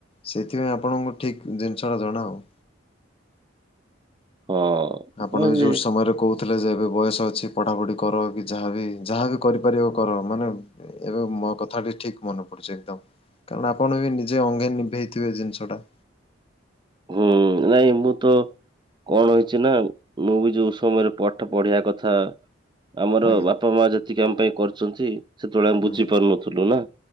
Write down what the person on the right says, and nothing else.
ହଁ।
କଣ ଯେ
ହୁଁ ନାଇଁ ମୁଁ ତ କଣ ହୋଇଚି ନା ମୁଁ ବି ଯୋଉ ସମୟରେ ପାଠ ପଢିବା କଥା ଆମର
ବାପ ମା ଯେତିକି ଆମ ପାଇଁ କରିଚନ୍ତି ସେତେବେଳେ ଆମେ
ବୁଝି ପାରୁନଥିଲୁ ନା